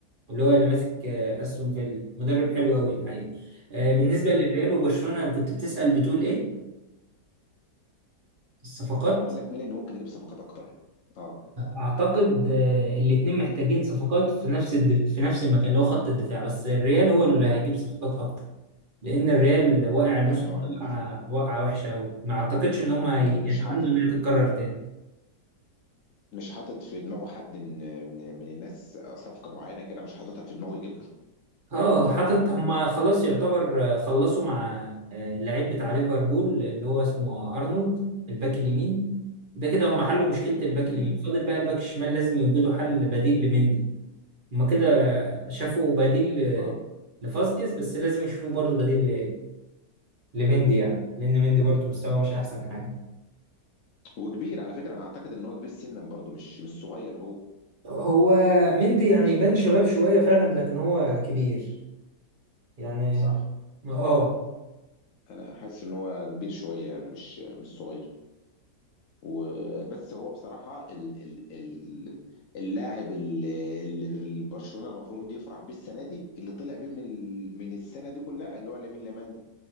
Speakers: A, on the right; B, on the left.
A: اللي هو اللي ماسك آه، أستون فيلا مدرب حلو أوي الحقيقة آه، بالنسبة للريال وبرشلونة كنت بتسأل بتقول إيه الصفقات
B: بقول لك مين اللي ممكن يجيب صفقات أكتر؟ أه
A: اعتقد الاثنين محتاجين صفقات في نفس الدف... في نفس المكان اللي هو خط الدفاع بس الريال هو اللي هيجيب صفقات اكتر لان الريال واقع الموسم
B: يعني
A: ده
B: ما-
A: وقعه وقعة وحشه قوي ما اعتقدش ان هم يتمنوا
B: مش حاطط
A: انها تتكرر تاني
B: مش حاطط في دماغه حد من من من الناس صفقة معينة كده مش حاططها في دماغه يجيبها
A: اه حاطط هم خلاص يعتبر آه، خلصوا مع آه، اللعيب بتاع ليفربول اللي هو اسمه آه، ارنولد الباك اليمين ده كده هم حلوا مشكله الباك اليمين
B: امم
A: فاضل بقى الباك الشمال لازم يوجدوا حل بديل لمندي هما كده شافوا بديل ل-
B: اه
A: لفاسكيز بس لازم يشوفوا برضو بديل ل- لمندي يعني لأن مندي برضو مستواه مش أحسن حاجة
B: وكبير على فكرة انا اعتقد ان هو كبير سنا برضه مش مش صغير هو
A: هو مندي يعني يبان شباب شوية فعلا لكن هو كبير يعني
B: صح
A: ما اه
B: انا حاسس ان هو كبير شوية يعني مش مش صغير وبس هو بصراحة ال ال ال اللاعب اللي اللي برشلونة المفروض يفرح بيه السنة دي اللي طلع بيه من ال من السنة دي كلها اللي هو لامين لامان ده